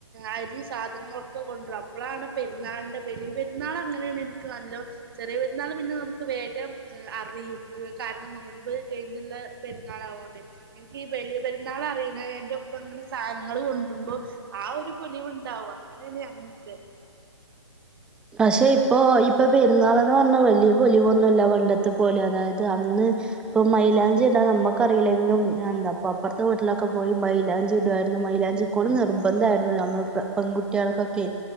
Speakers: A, on the right (about 45°); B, in the centre.
A: അരിം സാധനങ്ങളൊക്കെ കൊണ്ടരും അപ്പോളാണ് പെരുന്നാളിന്റെ ബലിയ പെരുന്നാൾ അങ്ങനെയാണ് എനിക്ക് നല്ലോ ചെറിയ പെരുന്നാൾ പിന്നെ നമുക്ക് വേഗം അറിയും കാരണം നോമ്പ് കഴിഞ്ഞുള്ള പെരുന്നാൾ ആവോണ്ട് എനിക്ക് ഈ ബലിയ പെരുന്നാൾ അറിയ്ണ എന്റെ ഉ ഇപ്പ അങ്ങനെ സാധനങ്ങൾ കൊണ്ട്ര്മ്പോ ആ ഒരു പൊലിവുണ്ടാവും അങ്ങനെയാണ് ഞങ്ങൾക്ക്
B: പക്ഷെ ഇപ്പൊ ഇപ്പൊ പെരുന്നാൾന്ന് പറഞ്ഞാ വലിയ പൊലിവൊന്നുമല്ല പണ്ടത്തെ പോലെ അതായത് അന്ന് ഇപ്പൊ മൈലാഞ്ചിടാൻ നമ്മക്കറിയില്ലെങ്കിലും എന്താപ്പ അപ്പൊറത്തെ വീട്ടിലൊ ഒക്കെ പോയി മൈയിലാഞ്ചി ഇടു ആയിരുന്നു മൈലാഞ്ചി കൊന്ന് നിർബന്ധയിരുന്നു ഞങ്ങക്ക് പെൺകുട്ടികൾക്കൊക്കെ